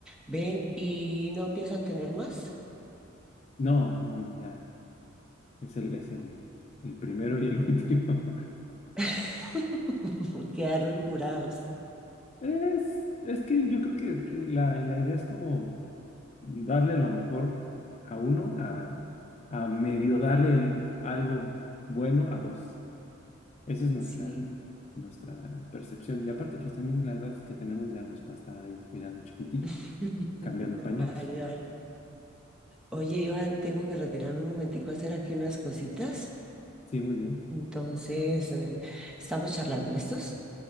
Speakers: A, in the centre; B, on the left.
A: Ven, ¿y no piensan tener más?
B: No, no, no, ya. Es el, es el, el primero y el <laughs> último.
A: <laughs> Quedaron curados.
B: Es, es que yo creo que eh, la, la idea es como darle lo mejor a uno,
A: Ujú,
B: a, a medio darle el- algo bueno a dos. Esa es nuestra,
A: Sí.
B: nuestra percepción. Y aparte, pues también la edad que tenemos ya no es para estar ahí cuidando chiquitillos,
A: <laughs>
B: cambiando pañales.
A: Vale, vale. Oye, Iván, tengo que retirarme un momentico a hacer aquí unas cositas.
B: Sí, muy bien.
A: Entonces, eh, estamos charlando, ¿listos?